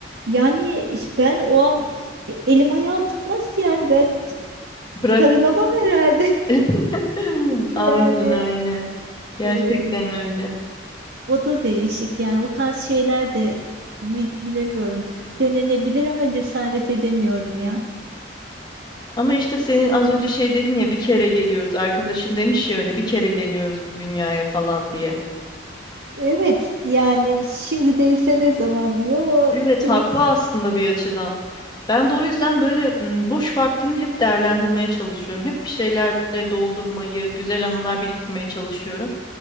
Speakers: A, on the right; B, on the left.
A: Yani iş- ben o an e, elim ayağım tutmaz ki yani ben
B: Bırak
A: sarılamam herhalde.
B: <laughs> <laughs>
A: <laughs>
B: Aynen
A: Yani
B: aynen. Gerçekten
A: e,
B: öyle.
A: o da değişik yani o tarz şeyler de bi- bilemiyorum. Denenebilir ama cesaret edemiyorum ya.
B: Ama işte senin az önce şey dedin ya bir kere geliyoruz arkadaşın demiş ya öyle bir kere geliyoruz bu dünyaya falan diye.
A: Evet yani şimdi değilse ne zaman diyor o
B: Evet haklı
A: direkt
B: aslında bir açıdan. Ben de o yüzden böyle m, boş vaktimi hep değerlendirmeye çalışıyorum. Hep bir şeylerle doldurmayı, güzel anılar biriktirmeye çalışıyorum.